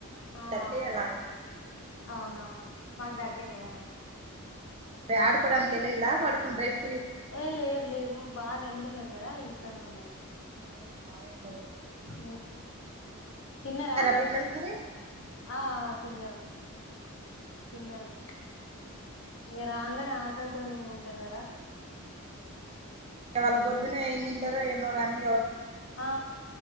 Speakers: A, on the right; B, on the left.
A: టూ
B: ఆ
A: థర్టీ
B: అవును
A: ఎలా అయితు
B: అవునవును మాకు దగ్గరే ఆ
A: బ ఆడ్ పడనికి కెలిలా పడుకండ్రే ఇష్ట
B: ఏ లేదు లేదు బాగా ఎండున్నది కదా ఇంట్లో అట్లానే ఉన్నారు
A: అవు మా ఎంత ఉడుతు
B: హ తిన్నారా
A: పిల్లలు మరి
B: ఆ తిన్నారు కిన్నారురు ఇ రాంగనే ఆకల్ తోనే ఉంటారు కదా
A: ఇవళ
B: ఉమ్
A: పొద్దునే ఏం తింట ఏమో గానీ
B: ఆ